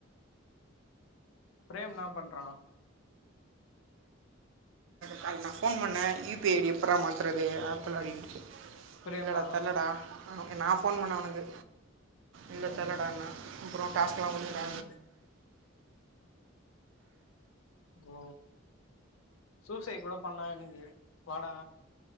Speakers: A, on the left; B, on the right.
A: பிரேம் என்ன பண்றா
B: காலைல நா ஃபோன் பண்ணே யு பி ஐ டி எப்பரா மாத்துறது ஆப்பிள அப்டினுட்டு
A: பிரேமா
B: இல்லடா தெர்லடா நா ஃபோன் பண்ணே அவனுக்கு இல்லடா
A: ம்
B: தெர்லடா என் அப்றோ டாஸ்கெல்லா முடிஞ்சா
A: ம் ஓ சூசைடு கூட பண்ணா எனக்கு வாடா